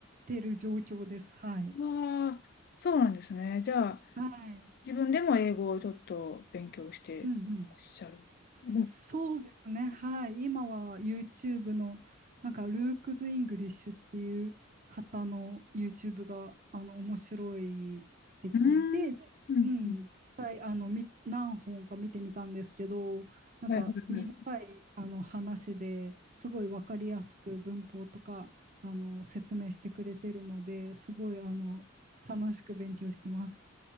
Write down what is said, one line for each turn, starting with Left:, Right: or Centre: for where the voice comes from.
Right: てる状況です。はい。
Left: わあ、そうなんですね。じゃあ、
Right: はい。
Left: 自分でも英語をちょっと勉強してらっしゃる。
Right: うんうん。そうですね。
Left: うん
Right: はい。今は YouTube の、なんか、ルークズ・イングリッシュっていう方の YouTube が、あの、面白いって聞いて、
Left: うーん。
Right: でうん、
Left: うんうん
Right: 実際、あの、み、何本か見てみたんですけど、なんか、
Left: はいはい
Right: 短い、あの、話ですごい分かりやすく文法とか、あの、説明してくれてるので、すごい、あの、楽しく勉強してます。